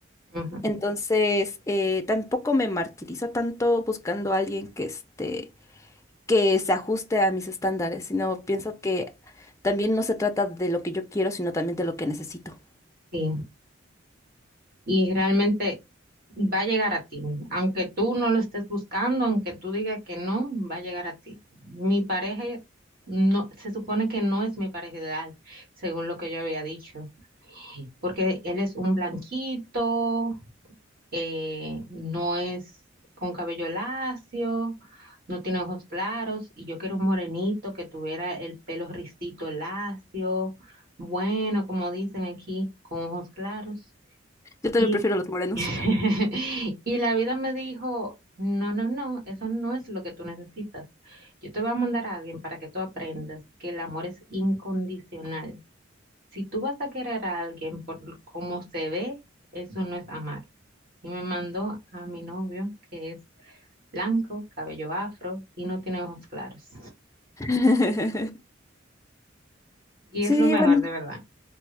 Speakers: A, on the right; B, on the left.
A: Ujú.
B: Entonces, eh, tampoco me martirizo tanto buscando a alguien que este, que se ajuste a mis estándares, sino pienso que también no se trata de lo que yo quiero, sino también de lo que necesito.
A: Sí. y realmente va a llegar a ti, aunque tú no lo estés buscando, aunque tú digas que no, va a llegar a ti. Mi pareja no, se supone que no es mi pareja ideal, según lo que yo había dicho, porque él es un blanquito, eh, no es con cabello lacio, no tiene ojos claros, y yo quiero un morenito que tuviera el pelo ricito lacio, bueno, como dicen aquí, con ojos claros.
B: Yo también
A: Y,
B: prefiero los morenos.
A: <laughs> y la vida me dijo, no, no, no, eso no es lo que tú necesitas. Yo te voy a mandar a alguien para que tú aprendas que el amor es incondicional. Si tú vas a querer a alguien por l- cómo se ve, eso no es amar. Y me mandó a mi novio, que es blanco, cabello afro y no tiene ojos claros.
B: <laughs>
A: Y
B: Sí,
A: es lo mejor,
B: bueno,
A: de verdad.